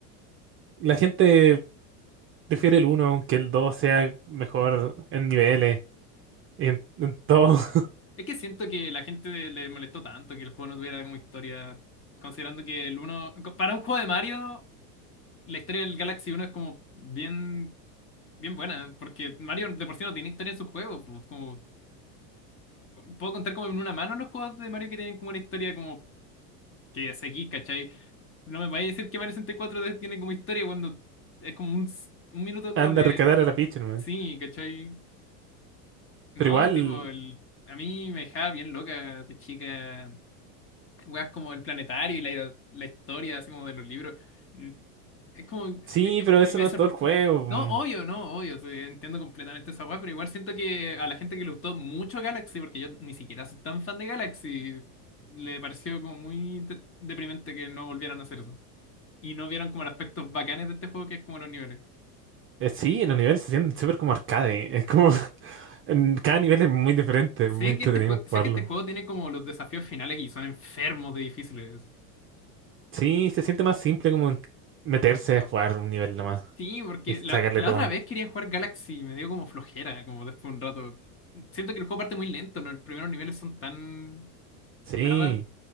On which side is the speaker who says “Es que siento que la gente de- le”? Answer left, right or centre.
Left